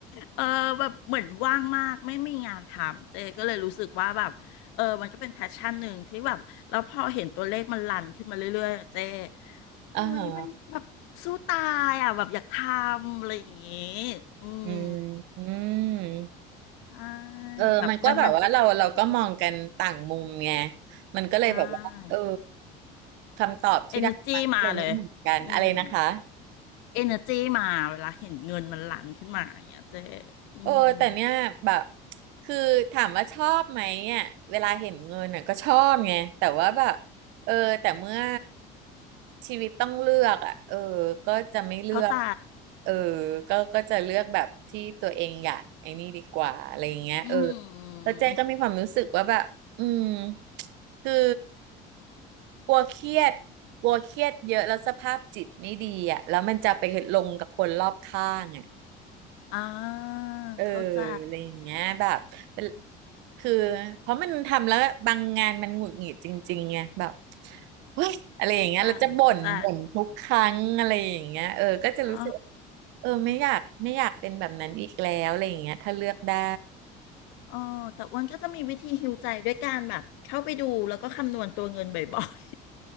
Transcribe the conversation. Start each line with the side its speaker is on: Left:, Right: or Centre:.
Left: เออแบบเหมือนว่างมากไม่มีงานทำเจก็เลยรู้สึกว่าแบบเออมันก็เป็นแพชชั่นหนึ่งที่แบบแล้วพอเห็นตัวเลขมันรันขึ้นมาเรื่อยๆอะเจโอ้ยมันแบบสู้ตายอ่ะแบบอยากทำอะไรอย่างงี้
Right: อ่าฮะ
Left: อืม
Right: อืมอืม
Left: ใช่
Right: เออมันก็แบบว่าเราเราก็มองกันต่างมุมไง
Left: แบบมันมันจะ
Right: มันก็เลยแบบว่าเออ
Left: ได้
Right: คำตอบที่ได้มาก็เลยไม่เหมือนกันอะไรนะคะ
Left: เอเนอร์จีมาเลยอืมเอเนอร์จีมาเวลาเห็นเงินมันรันขึ้นมาอย่างเงี้ยเจอืม
Right: เออแต่เนี่ยแบบคือถามว่าชอบไหมอ่ะเวลาเห็นเงินน่ะก็ชอบไงแต่ว่าแบบเออแต่เมื่อชีวิตต้องเลือกอ่ะเออก็จะไม่เลือก
Left: เข้าใจ
Right: เออก็ก็จะเลือกแบบที่ตัวเองอยากไอ้นี่ดีกว่าอะไรอย่างเงี้ยเออ
Left: อื
Right: แล้วเจ๊ก็มีความรู้สึกว่าแบบอืม
Left: ม
Right: คือกลัวเครียดกลัวเครียดเยอะแล้วสภาพจิตไม่ดีอ่ะแล้วมันจะไปลงกับคนรอบข้างอ่ะ
Left: อ่า
Right: เออ
Left: เข้าใจ
Right: อะไรอย่างเงี้ยแบบเป็นคือเพราะมันทำแล้วบางงานมันหงุดหงิดจริงๆไงแบบเฮ้ยอะไรอย่างเงี้ยเราจะบ่นบ่นทุกครั้งอะไรอย่างเงี้ยเออก็จะรู้สึก
Left: เข้าใจเข้าใจอ๋อ
Right: เออไม่อยากไม่อยากเป็นแบบนั้นอีกแล้วอะไรอย่างเงี้ยถ้าเลือกได้
Left: อ๋อแต่อ้วนก็จะมีวิธีฮิวใจด้วยการแบบเข้าไปดูแล้วก็คำนวณตัวเงินบ่อย